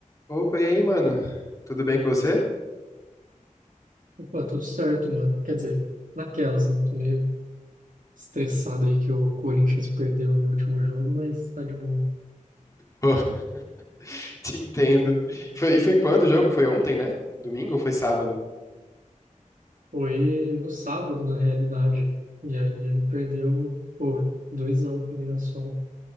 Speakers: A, on the left (about 25°); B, on the right (about 75°).
A: Opa, e aí, mano? Tudo bem com você?
B: Pô, tudo certo, mano. Quer dizer, naquelas, né? Tô meio estressado aí que o Corinthians perdeu aí no último jogo, mas tá de boa.
A: Pô, <laughs> te entendo. Foi- e foi quando o jogo? Foi ontem, né? Domingo ou foi sábado?
B: Foi no sábado, na realidade. E aí ele perdeu, pô, 2x1 pro Mirassol.